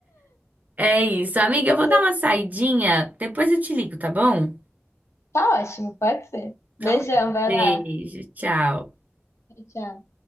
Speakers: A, on the right; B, on the left.
A: é isso, amiga.
B: Beleza.
A: Eu vou dar uma saidinha, depois eu te ligo, tá bom?
B: Tá ótimo, pode ser.
A: Então,
B: Beijão,
A: tá.
B: vai
A: beijo,
B: lá.
A: tchau.
B: Tchau, tchau.